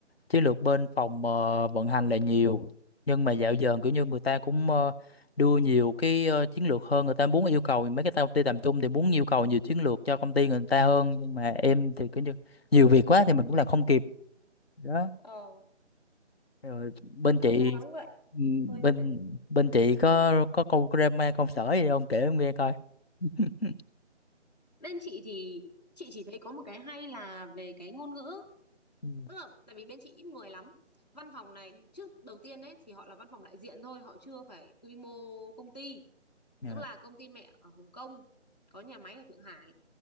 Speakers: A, on the left; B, on the left.
A: chiến lược bên phòng ờ, vận hành là nhiều nhưng mà dạo giờ kiểu như người ta cũng ờ, đưa nhiều cái ờ, chiến lược hơn người ta muốn yêu cầu mấy cái công ty tầm trung thì muốn yêu cầu nhiều chiến lược cho công ty người ta hơn nhưng mà em thì kiểu như nhiều việc quá thì mình cũng làm không kịp đó
B: Ờ,
A: rồi bên chị
B: thôi cố gắng vậy
A: ừ,
B: thôi
A: bên
B: đấy
A: bên chị có có câu drama công sở gì không kể em nghe coi <laughs>
B: bên chị thì chị chỉ thấy có một cái hay là về cái ngôn ngữ
A: Ừ,
B: Tức là, tại vì bên chị ít người lắm. Văn phòng này trước đầu tiên ấy thì họ là văn phòng đại diện thôi, họ chưa phải quy mô công ty.
A: dạ
B: Tức là công ty mẹ ở Hồng Kông có nhà máy ở Thượng Hải